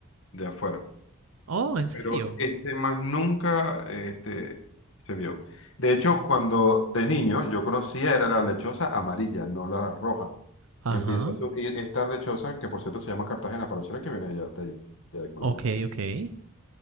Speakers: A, on the left; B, on the right.
A: de afuera,
B: Oh, ¿en serio?
A: pero ese más nunca eh, este, se vio. De hecho, cuando de niño yo conocía era la lechosa amarilla, no la roja.
B: Ajá.
A: Empieza a surgir esta lechosa, que por cierto se llama Cartagena, pareciera que viene de allá de, allá de Colombia.
B: Ok, ok.